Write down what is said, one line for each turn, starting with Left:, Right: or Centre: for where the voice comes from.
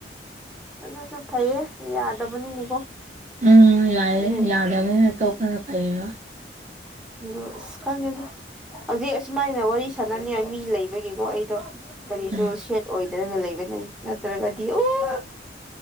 Centre: ꯑꯗꯨꯁꯨ ꯐꯩꯌꯦ ꯌꯥꯗꯕꯅꯤꯅꯀꯣ
Right: ꯎꯝ ꯌꯥꯏꯌꯦ
Centre: ꯎꯝ
Right: ꯌꯥꯗꯕꯅꯤꯅ ꯇꯣꯛꯄꯅ ꯐꯩꯌꯦ
Centre: ꯑꯗꯣ ꯑꯁ ꯈꯪꯗꯦꯗ ꯍꯧꯖꯤꯛ ꯑꯁꯨꯃꯥꯏꯅ ꯋꯥꯔꯤ ꯁꯥꯟꯅꯅꯤꯡꯉꯥꯏ ꯃꯤ ꯂꯩꯕꯒꯤꯀꯣ ꯑꯩꯗꯣ ꯀꯔꯤꯁꯨ
Right: ꯎꯝ
Centre: ꯁꯦꯠ ꯑꯣꯏꯗ ꯍꯥꯏꯗꯔꯒ ꯂꯩꯕꯅꯦ ꯅꯠꯇ꯭ꯔꯒꯗꯤ ꯑꯣ